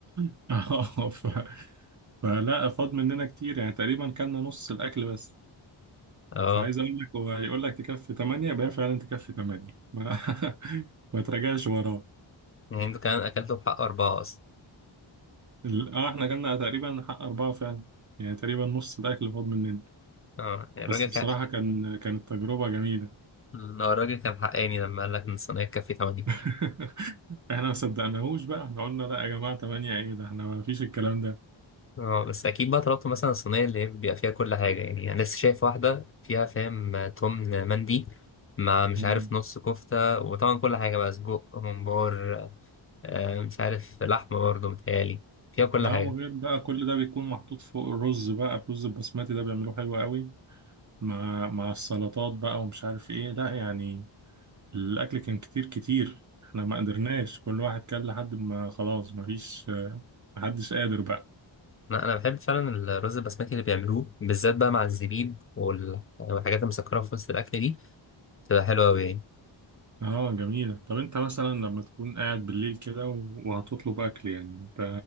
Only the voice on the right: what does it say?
<laughs> اه ف... فلا فاض مننا كتير يعني تقريبا كلنا نص الاكل بس
فعايز اقول لك هو هيقول لك تكفي 8 يبقى هي فعلا تكفي 8 ما, <laughs> ما تراجعش وراه
ال- اه احنا جالنا تقريبا حق اربعه فعلا يعني تقريبا نص الاكل فاض مننا
بس بصراحه
كان كانت تجربه جميله
<laughs> احنا ما صدقناهوش بقى احنا قلنا لا يا جماعه 8 ايه ده احنا ما فيش الكلام ده
مم.
اه
وغير بقى كل ده بيكون محطوط فوق الرز بقى الرز البسمتي ده بيعملوه حلو قوي مع مع السلطات بقى ومش عارف ايه لا يعني الاكل كان كتير كتير احنا ما قدرناش كل واحد كان لحد ما خلاص ما فيش محدش قادر بقى
اه جميلة طب انت مثلا لما تكون قاعد بالليل كده و- وهتطلب اكل يعني انت